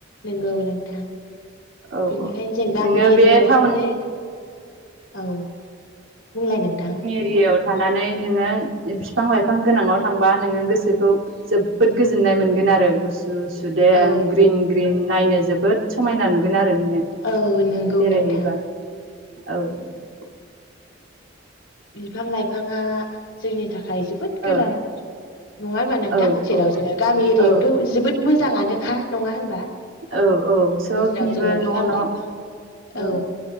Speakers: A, on the left; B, on the right.
A: नंगौ नोंथां
B: औ
A: बेनिखायनो
B: औ
A: जों गामि
B: नोङो
A: एरियायावहाय
B: बे टाउन
A: माने औ बुंलाय नोंथां
B: बेयाव थानानै नोङो बिफां लाइफां गोनाङाव थांबा नोङो गोसोखौ जोबोद गोजोननाय मोनगोन आरो गुसु गुसु सुदेम
A: औ
B: ग्रिन ग्रिन नायनो जोबोद समायना नु गोन आरो नोङो
A: औ नंगौ
B: बेरायहैबा
A: नोंथां
B: औ औ
A: बिफां लाइफाङा जोंनि थाखाय जो बोद
B: औ
A: गोनां नङा होनबा नोंथां
B: औ
A: जेराव
B: औ
A: जोङो गामि एरियायावथ'
B: औ
A: जोबोद मोजाङानोखा नङा होनबा
B: औ औ सोबनिबो
A: गेजेराव जोङो
B: न'
A: बिफां
B: न'
A: लाइफां
B: ओं
A: औ